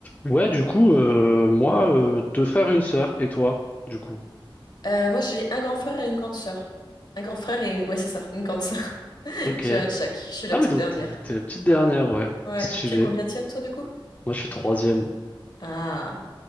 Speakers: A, on the left; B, on the left.
A: Ouais, du coup, euh, moi, euh, deux frères et une sœur, et toi, du coup.
B: Euh, moi, j'ai un grand frère et une grande sœur. Un grand frère et... Ouais, c'est ça, une grande sœur. <laughs>
A: Ok.
B: J'ai un de chaque. Je suis la
A: Ah
B: petite
A: oui, donc
B: dernière.
A: t'es, t'es la petite dernière, ouais.
B: Ouais.
A: Stylé.
B: T'es le combienième, toi, du coup?
A: Moi, je suis troisième.
B: Ah.